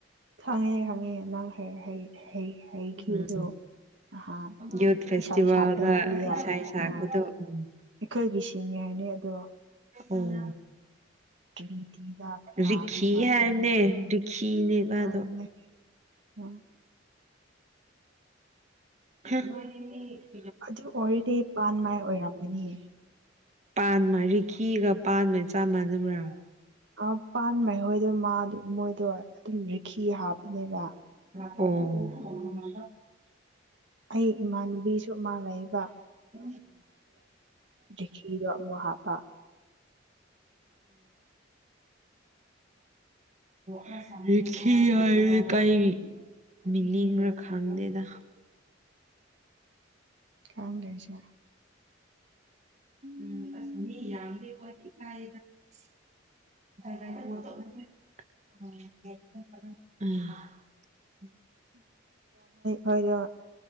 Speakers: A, on the right; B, on the right.
A: ꯈꯥꯡꯉꯦ ꯈꯪꯉꯦ ꯅꯪ <inaudible> ꯍꯥꯏꯩꯈꯤꯕꯗꯣ
B: ꯎꯝ
A: ꯅꯍꯥꯟ
B: ꯌꯨꯠ ꯐꯦꯁꯇꯤꯚꯦꯜꯗ
A: ꯏꯁꯥ ꯁꯛꯄ ꯅꯨꯄꯤꯗ
B: ꯏꯁꯩ ꯁꯛꯄꯗꯣ
A: ꯑ
B: ꯎꯝ
A: ꯑꯩꯈꯣꯏꯒꯤ ꯁꯤꯅꯤꯌꯔꯅꯤ ꯑꯗꯣ
B: ꯎꯝ
A: ꯇ꯭ꯔꯤꯅꯤꯇꯤꯗ ꯀꯥꯕꯅꯦ
B: ꯔꯤꯈꯤ
A: ꯃꯥꯁꯨ
B: ꯍꯥꯏꯅꯦ ꯔꯤꯈꯤꯅꯦ ꯃꯥꯗꯣ
A: ꯑꯗꯨꯅꯦ <inaudible>
B: <unintelligible>
A: ꯑꯗꯨ ꯑꯣꯏꯔꯗꯤ ꯄꯥꯟ ꯃꯥꯏ ꯑꯣꯏꯔꯝꯒꯅꯤ <inaudible>
B: ꯄꯥꯟꯃꯔꯤꯈꯤꯒ ꯄꯥꯟꯕ ꯆꯥꯞ ꯃꯥꯟꯅꯕ꯭ꯔꯥ
A: ꯑ ꯄꯥꯟ ꯃ ꯍꯣꯏ ꯑꯗꯨ ꯃꯥꯗꯣ ꯃꯣꯏꯗꯣ ꯑꯗꯨꯝ ꯐꯤ ꯍꯥꯞꯅꯦꯕ
B: ꯑꯣ
A: ꯑꯩ ꯏꯃꯥꯥꯟꯅꯕꯤ ꯆꯞ ꯃꯥꯟꯅꯩꯕ
B: ꯎꯝ
A: ꯔꯤꯈꯤꯗꯣ ꯑꯃꯨꯛ ꯍꯥꯞꯄ
B: ꯍꯥꯏ ꯀꯪ ꯃꯤꯅꯤꯡꯔꯈꯪꯗꯦꯗ
A: ꯀꯗꯁ
B: ꯎꯝ ꯑꯁ ꯃꯤ ꯌꯥꯝꯂ ꯋꯥ ꯏꯀꯥꯏꯗ <unintelligible>
A: ꯍꯣꯏꯗꯣ